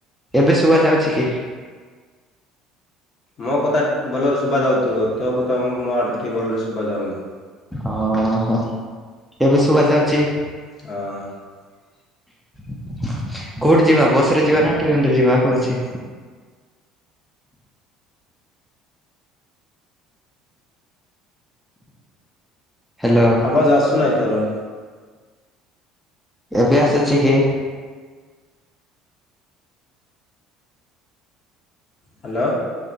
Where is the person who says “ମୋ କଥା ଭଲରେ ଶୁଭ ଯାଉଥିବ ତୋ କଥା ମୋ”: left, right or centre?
Left